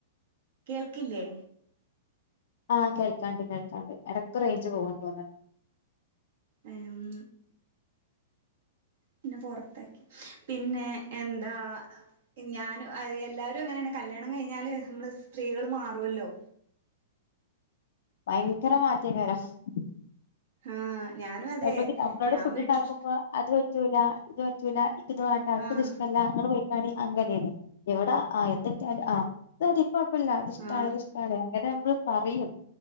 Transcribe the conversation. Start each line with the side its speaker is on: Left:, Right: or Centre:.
Right: കേൾക്കില്ലേ
Left: ആഹ് കേൾക്കാണ്ട്, കേൾക്കാണ്ട് ഇടക്കെ റേഞ്ച് പോകുന്നുന്ന്‌ തോന്നനുണ്ട്
Right: ഉം.... പിന്നെ പുറത്താക്കി. പിന്നെ എന്താ ഞാനും, എല്ലാരും അങ്ങനെ തന്നെ. യാണ് കല്യാണം കഴിഞ്ഞാല് നമ്മള് സ്ത്രീകള് മാറുമല്ലോ
Left: ഭയങ്കര മാറ്റക്കായിരുന്നു
Right: ആഹ് ഞാനും അതെ
Left: ഹസ്ബൻ്റിന് നമ്മള്
Right: ഞാൻ
Left: ഫുഡ്
Right: വീട്ടിൽ
Left: ഉണ്ടാക്കുമ്പോ അത് പറ്റൂല, ഇത് പറ്റൂല, എനിക്ക് ഇത് വേണ്ട, എനിക്ക്
Right: ആഹ്
Left: ഇത് ഇഷ്ടമല്ല. നിങ്ങൾ പോയി പണി അങ്ങനെയേനു. ഇവിടാ ആഹ് എന്ത് കിട്ടിയാലും ആ അത്, അത് കുഴപ്പമില്ല. അത് ഇഷ്ടാണ്,
Right: ആഹ്
Left: അത് ഇഷ്ടാണ് അങ്ങനെ നമ്മള് പറയും.